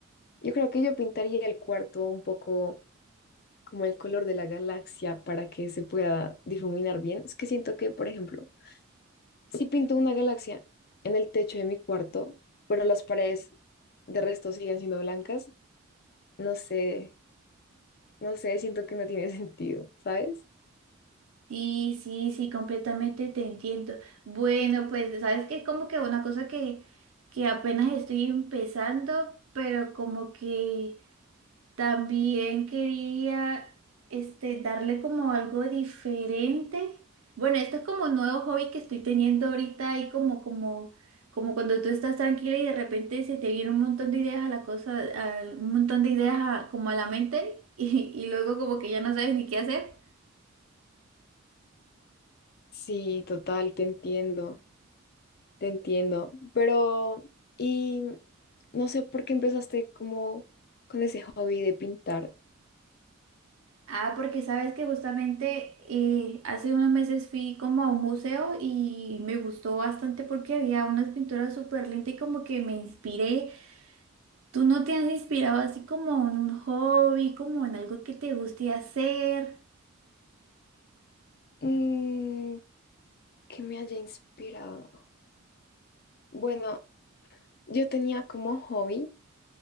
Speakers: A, on the left; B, on the right.
A: Yo creo que yo pintaría el cuarto un poco como el color de la galaxia para que se pueda difuminar bien. Es que siento que, por ejemplo, si pinto una galaxia en el techo de mi cuarto, pero las paredes de resto siguen siendo blancas, no sé, no sé, siento que no tiene <laughs> sentido, ¿sabes?
B: Sí, sí, sí, completamente te entiendo. Bueno, pues sabes que es como que una cosa que, que apenas estoy empezando, pero como que También quería este, darle como algo diferente. Bueno, esto es como un nuevo hobby que estoy teniendo ahorita y como, como, como cuando tú estás tranquila y de repente se te viene un montón de ideas a la cosa, a- un montón de ideas a- como a la mente <laughs> y, y luego como que ya no sabes ni qué hacer.
A: Sí, total, te entiendo, te entiendo. Pero, y no sé por qué empezaste como con ese hobby de pintar.
B: Ah, porque sabes que justamente eh, hace unos meses fui como a un museo y me gustó bastante porque había unas pinturas súper lindas y como que me inspiré ¿Tú no te has inspirado así como en un hobby, como en algo que te guste hacer?
A: Mm, que me haya inspirado. Bueno, yo tenía como hobby